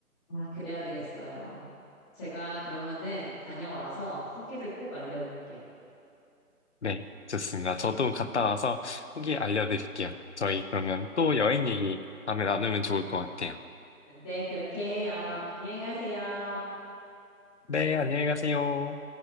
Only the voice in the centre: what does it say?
아, 그래야 되겠어요. 제가 그러면은 다녀와서 후기를 꼭 알려드릴게요.
네, 그렇게 해요. 안녕히 가세요.